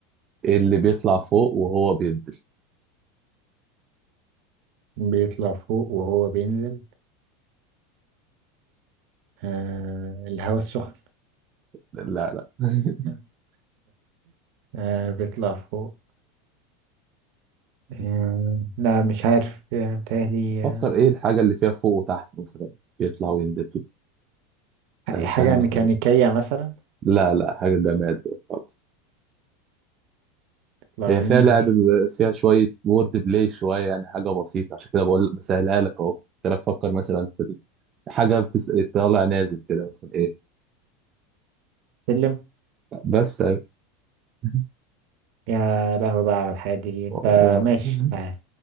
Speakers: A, on the right; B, on the right.
A: ايه اللي بيطلع فوق وهو بينزل
B: بيطلع فوق وهو بينزل آه الهوا السخن
A: لا لا <laughs>
B: <laughs> آه، بيطلع فوق آه، لا مش عارف آه، متهيألي
A: فكر
B: آه،
A: ايه الحاجة اللي فيها فوق وتحت مثلا بيطلع وينزل كده سهلتها
B: حاجة
A: لك
B: ميكانيكية
A: أوي
B: مثلا
A: لا لا حاجة جماد خالص
B: لو
A: هي
B: ينزل
A: فيها لعب ب- فيها شوية وورد بلاي شوية يعني حاجة بسيطة عشان كده بقول بسهلها لك أهو قلت لك فكر مثلا في ال- حاجة بتس... طالع نازل كده مثلا ايه
B: سلم
A: بس أهي. <laughs>
B: يا لهوي بقى على الحياة دي انت
A: و- و-
B: ماشي تعال